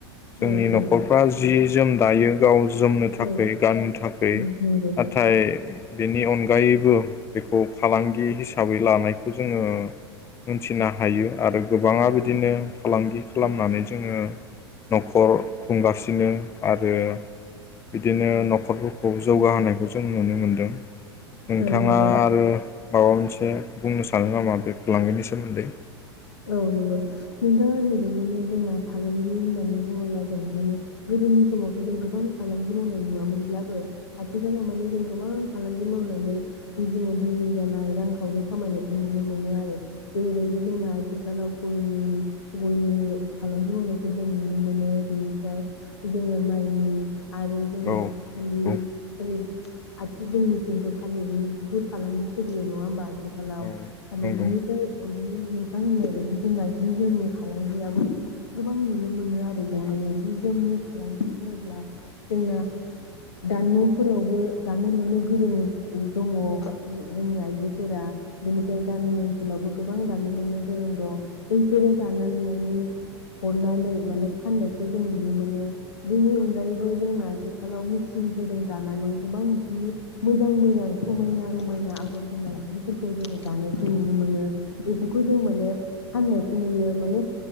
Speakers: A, on the left (about 20°); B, on the left (about 75°).
A: जोंनि
B: औ नंगौ
A: न'खरफ्रा जि जोम दायो गाव जोमनो थाखाय
B: औ
A: गाननो थाखाय
B: उम नंगौ
A: नाथाय बेनि अनगायैबो बेखौ फालांगि हिसाबै लानायखौ जोङो मोनथिनो हायो। आरो गोबाङा बिदिनो फालांगि खालामनानै जोङो नखर खुंगासिनो आरो बिदिनो न'खरफोरखौ जौगाहोनायखौ जों नुनो मोनदों। नोंथाङा
B: औ नंगौ
A: आरो माबा मोनसे बुंनो सानो नामा बे फालांगिनि सोमोन्दै?
B: औ नंगौ नोंथांङा बिदिनो जोंना फालांगि होननानै बुङोब्ला जों माने गोदोनि समावथ' जों गोबां फालांगि मावनाय नुवामोनब्लाबो आथिखालाव माने जों गोबां फालांगि मावनानै जोङो धोनि जानाय रांखावरि खामायनायखौ नुनो मोनो आरो बेबायदि जोंना आथिखालाव गयनि गयनि फालांगि मावनायखौ जों नुनो मोनो बिनिफ्राय जोङो माइनि आरो जोङो
A: औ
B: थालिर
A: नंगौ
B: <unintelligible> आथि जोंनिथिंथ' थालिरनि बुहुद फालांगि सोलियो नङा होमबा आ। आथिखालाव
A: औ
B: थालिर
A: नंगौ
B: बिनिफ्राय उन्दनि नोथां होननाय बायदि जोंना जि जोमनि फालांगियाबो गोबां नुनो मोनो आरो जों माने जि जोमनि फालांगि बुङोब्ला जोंना दा न'फोरावबो दानो लुनो गोरों दङ जोंनि आइजोफोरा बेनिफ्राय गामि ओनसोलावबो गोबां दानो लुनो। गोरों दं बैफोरो दानाय लुनायनि हरनानै माने फाननायखौ जों नुनो मोनो बेनि अनगायैबो जोंना आथिखालाव मेसिनफोरजों दानानै गोबां जि मोजां मोजां समायना रमायना आगर गोनां जिफोरखौ जोङो दानायखौ नुनो मोनो बेफोरखौ जों माने फाननायखौ नुयो माने